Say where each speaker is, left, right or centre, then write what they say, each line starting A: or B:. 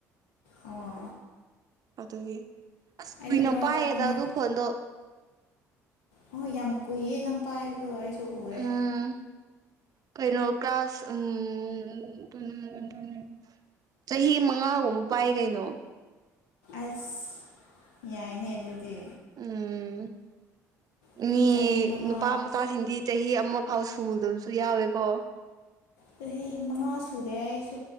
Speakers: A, on the left (about 75°); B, on the right (about 50°).
A: ꯑꯣ
B: ꯑꯗꯨꯒꯤ ꯑꯁ ꯀꯨꯏꯅ
A: ꯑꯩꯗꯤ ꯂꯣꯏ
B: ꯄꯥꯏꯌꯦꯗ
A: ꯍꯥꯞꯄꯅꯦ
B: ꯑꯗꯨ ꯐꯣꯟꯗꯣ
A: ꯍꯣꯏ ꯌꯥꯝ ꯀꯨꯏꯌꯦ ꯅꯪ ꯄꯥꯏꯕꯗꯣ ꯑꯩꯁꯨ ꯎꯌꯦ
B: ꯎꯝ ꯀꯩꯅꯣ ꯀꯥꯂ꯭ꯁ ꯎꯝ <unintelligible> ꯆꯍꯤ ꯃꯉꯥꯒꯨꯝꯕ ꯄꯥꯏ ꯀꯩꯅꯣ
A: ꯑꯁ ꯌꯥꯏꯅꯦ ꯑꯗꯨꯗꯤ
B: ꯎꯝ
A: ꯑꯩꯗꯤ
B: ꯃꯤ
A: ꯆꯍꯤ ꯃꯉꯥ
B: ꯅꯨꯄꯥ ꯃꯆꯥꯁꯤꯡꯗꯤ ꯆꯍꯤ ꯑꯃ ꯐꯥꯎ ꯁꯨꯗꯕꯁꯨ ꯌꯥꯎꯋꯦꯀꯣ
A: ꯆꯍꯤ ꯃꯉꯥ ꯁꯨꯔꯦ ꯑꯩꯁꯨ